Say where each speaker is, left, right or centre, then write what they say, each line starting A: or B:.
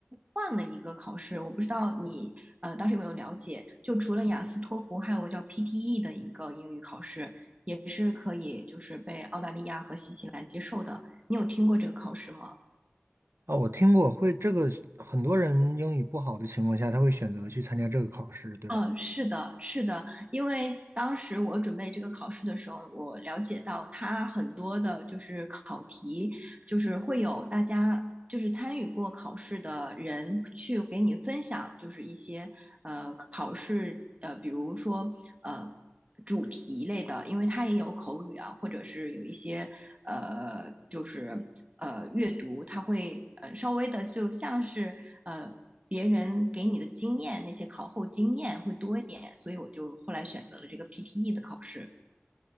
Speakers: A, on the right (about 30°); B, on the right (about 85°).
A: 换了一个考试，我不知道你呃当时有没有了解，就除了雅思、托福，还有个叫 PTE 的一个英语考试，也是可以就是被澳大利亚和新西兰接受的。你有听过这个考试吗？
B: 啊，我听过会这个，很多人英语不好的情况下，他会选择去参加这个考试，对吧？
A: 嗯，是的，是的，因为当时我准备这个考试的时候，我了解到它很多的就是考题，就是会有大家就是参与过考试的人去给你分享，就是一些呃考试呃，比如说呃主题类的，因为它也有口语啊，或者是有一些呃就是呃阅读，它会呃稍微的就像是呃。别人给你的经验，那些考后经验会多一点，所以我就后来选择了这个 PTE 的考试。